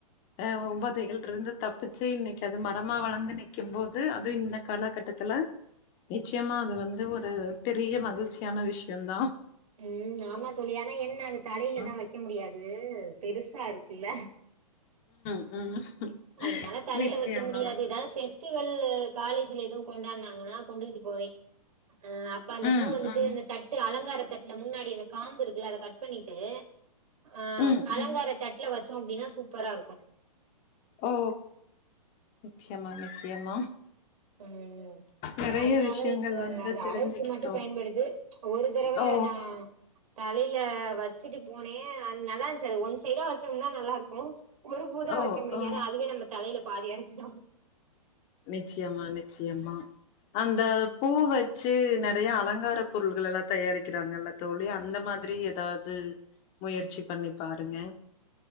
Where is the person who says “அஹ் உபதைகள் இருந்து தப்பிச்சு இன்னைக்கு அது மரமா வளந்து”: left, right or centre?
Left